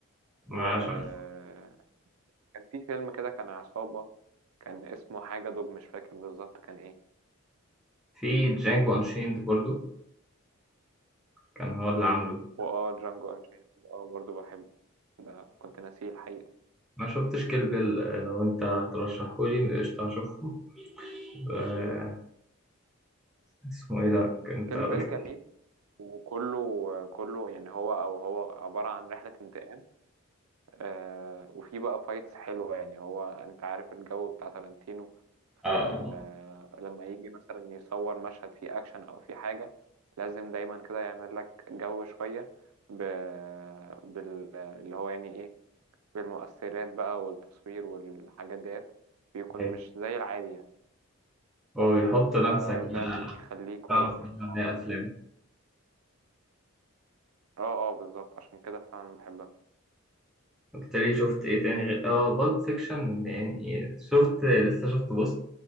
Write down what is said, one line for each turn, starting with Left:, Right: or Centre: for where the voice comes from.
Centre: ما
Right: وكان
Centre: شفت
Right: في فيلم كده كان عصابة كان اسمه حاجة دوج مش فاكر بالظبط كان ايه
Centre: في جانجو أنشيند برضو كان هو اللي عامله
Right: واه جانجو انشيند اه برضو بحبه ده كنت ناسيه الحقيقة
Centre: ما شفتش كيل بيل آه، لو انت ترشحهولي قشطة هشوفه آه، اسمه ايه ده انت
Right: كيل
Centre: قلت
Right: بيل جميل وكله كله يعني هو او هو عبارة عن رحلة انتقام آه وفي بقى فايتس حلوة يعني هو انت عارف الجو بتاع تارانتينو
Centre: اه اه
Right: في ال- آه، لما يجي مثلا يصور مشهد فيه اكشن او فيه حاجة لازم دايما كده يعمل لك جو شوية ب... بال... اللي هو يعني ايه بالمؤثرات بقى والتصوير والحاجات ديت بيكون
Centre: أيوة.
Right: مش زي العادي يعني
Centre: هو بيحط لمسة
Right: فده
Centre: كده
Right: بيخليه كويس
Centre: تعرف منها
Right: يعني
Centre: ان هي افلام
Right: اه اه بالظبط عشان كده فعلا بحبها
Centre: قلت لي شفت ايه تاني غير اه بالب فيكشن يعني شفت لسه شفت بوست